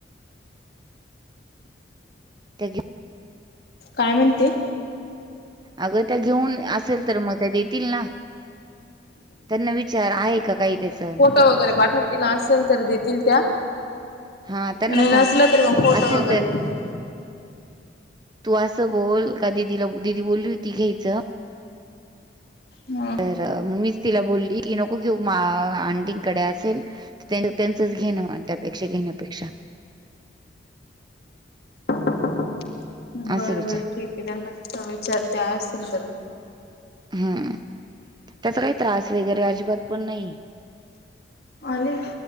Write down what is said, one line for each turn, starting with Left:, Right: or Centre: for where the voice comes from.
Right: त्याच्या
Left: काय म्हणते.
Right: अगं त्या घेऊन असेल तर मग त्या देतील ना त्यांना विच विचार आहे का काही त्याचं.
Left: ट वगैरे पाठवतील असेल तर देतील त्या.
Right: हा त्यांना
Left: आणि
Right: सांग
Left: नसलं तरी मग फोटो
Right: असेल
Left: वगैरे
Right: तर
Left: देतील.
Right: तू असं बोल, का दिदीला दिदी बोलली होती घ्यायचं.
Left: हो.
Right: तर मम्मीच तिला बोलली की नको घेऊ मा आणंटीकडे असेल. त्यां त्यांचंच घेणं म्हण त्यापेक्षा घेण्यापेक्षा.
Left: बर
Right: असं विचार
Left: बर. ठीक आहे त्यांना विचारते असल तर.
Right: हम्म त्याचा काही त्रास वगैरे अजिबात पण नाही.
Left: अले